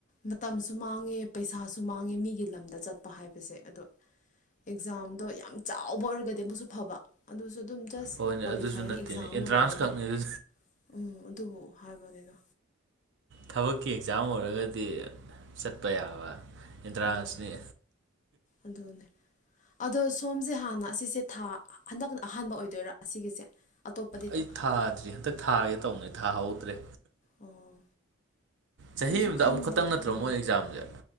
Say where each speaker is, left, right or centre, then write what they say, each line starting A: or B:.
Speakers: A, on the left; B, on the right.
A: ꯃꯇꯝꯁꯨ ꯃꯥꯡꯉꯦ ꯄꯩꯁꯥꯁꯨ ꯃꯥꯡꯉꯦ ꯃꯤꯒꯤ ꯂꯝꯗ ꯆꯠꯄ ꯍꯥꯏꯕꯁꯦ ꯑꯗꯣ ꯑꯦꯛꯖꯥꯝꯗꯣ ꯌꯥꯝ ꯆꯥꯎꯕ ꯑꯣꯏꯔꯒꯗꯤ ꯑꯃꯁꯨꯁꯨ ꯐꯕ ꯑꯗꯨꯁꯨ ꯑꯗꯨꯝ ꯖꯁ
B: ꯍꯣꯏꯅꯦ
A: ꯀ꯭ꯋꯥꯂꯤꯐꯥꯏꯌꯤꯡ
B: ꯑꯗꯨꯁꯨ ꯅꯠꯇꯦꯅꯦ
A: ꯑꯦꯛꯖꯥꯝꯒꯨꯝꯕꯅꯤꯅ
B: ꯑꯦꯟꯇ꯭ꯔꯥꯟꯁ ꯈꯛꯅꯦ ꯑꯗꯨ
A: ꯎꯝ ꯑꯗꯨꯕꯨ ꯍꯥꯏꯕꯅꯤꯗ
B: ꯊꯕꯛꯀꯤ ꯑꯦꯛꯖꯥꯝ ꯑꯣꯏꯔꯒꯗꯤ ꯆꯠꯄ ꯌꯥꯕ ꯏꯟꯗ꯭ꯔꯥꯟꯁꯅꯤ
A: ꯑꯗꯣ ꯑꯗꯨꯅꯦ ꯑꯗꯣ ꯁꯣꯝꯁꯦ ꯍꯥꯟꯅ ꯑꯁꯤꯁꯦ ꯊꯥ ꯍꯟꯗꯛ ꯑꯍꯥꯟꯕ ꯑꯣꯏꯗꯣꯏꯔꯥ ꯑꯁꯤꯒꯤꯁꯦ ꯑꯇꯣꯞꯄꯗꯤ
B: ꯑꯩ
A: ꯊꯥ
B: ꯊꯥꯗ꯭ꯔꯤ ꯍꯟꯗꯛ ꯊꯥꯒꯦ ꯇꯧꯅꯦ ꯍꯧꯗ꯭ꯔꯦ
A: ꯑꯣ
B: ꯆꯍꯤ
A: ꯑꯩꯁꯨ
B: ꯑꯃꯗ
A: ꯈꯟꯗꯤ
B: ꯑꯃꯨꯛꯈꯛꯇꯪ
A: ꯈꯜꯂꯦ
B: ꯅꯠꯇ꯭ꯔꯣ ꯃꯣꯏ ꯑꯦꯛꯖꯥꯝꯁꯦ